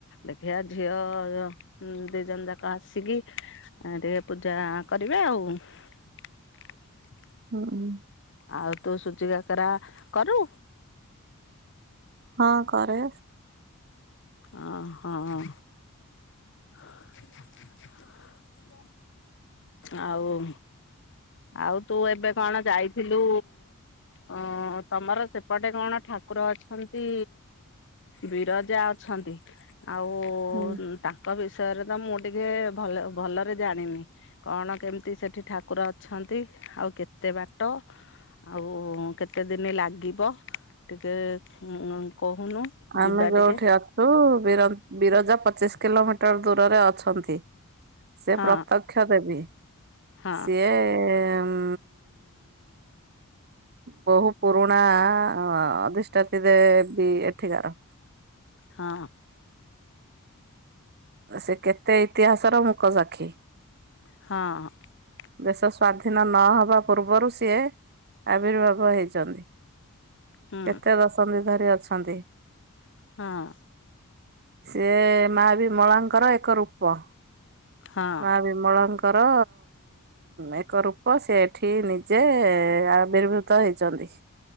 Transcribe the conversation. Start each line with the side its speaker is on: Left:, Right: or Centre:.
Left: ଦେଖିଆ ଝିଅ ଯ ଉଁ ଦିଜନ ଯାକ ଆସିକି ଏ ଟିକେ ପୂଜା କରିବେ ଆଉ। <unintelligible>
Right: ହଁ ହୁଁ।
Left: ଆଉ ତୁ ସୁଜି କାକରା କରୁ?
Right: ହଁ କରେ।
Left: ଓ ହଁ। <unintelligible> ଆଉ ଆଉ ତୁ ଏବେ କଣ ଯାଇଥିଲୁ ଅଁ ତମର ସେପଟେ କଣ ଠା ଠାକୁର ଅଛନ୍ତି, ବିରଜା ଅଛନ୍ତି। ଆଉ,
Right: ହୁଁ
Left: ତାଙ୍କ ବିଷ ବିଷୟରେ ତ ମୁଁ ଟିକେ ଭଲ ଭଲରେ ଜାଣିନି, କଣ, କେମିତି, ସେଠି ଠାକୁର ଅ ଅଛନ୍ତି, ଆଉ କେତେ ବାଟ? ଆଉ, କେତେ ଦିନ ଲାଗିବ, ଟିକେ କହୁନୁ
Right: ଆମେ
Left: ଯିବା
Right: ଯୋଉଠି
Left: ଟିକେ
Right: ଅଛୁ, ବିର ବିରଜା ପଚିଶ୍ କିଲୋମିଟର, ଦୂରରେ ଅଛନ୍ତି। ସେ
Left: ହଁ
Right: ପ୍ରତ୍ୟକ୍ଷ ଦେବି।
Left: ହଁ
Right: ସିଏ ହୁଁ। ବହୁ ପୁରୁଣା, ଅଧିଷ୍ଠାତି ଦେବୀ। ଏଠିକାର।
Left: ହଁ।
Right: ସେ କେତେ ଇତିହାସର ମୁକ ସାକ୍ଷୀ।
Left: ହଁ।
Right: ଦେଶ ସ୍ବାଧୀନ ନହବା ପୂର୍ବରୁ, ସିଏ ଆବିର୍ଭାବ ହେଇଛନ୍ତି।
Left: ହୁଁ
Right: କେତେ ଦଶନ୍ଧି ଧରି ଅଛନ୍ତି।
Left: ହଁ।
Right: ସେ, ମା ବିମଳାଙ୍କର ଏକ ରୂପ।
Left: ହଁ
Right: ମା ବିମଳଙ୍କ ଙ୍କର ଏକ ରୂପ, ସେ ଏଠି ନିଜେ ଆବିର୍ଭୂତ ହେଇଚନ୍ତି। <inaudible>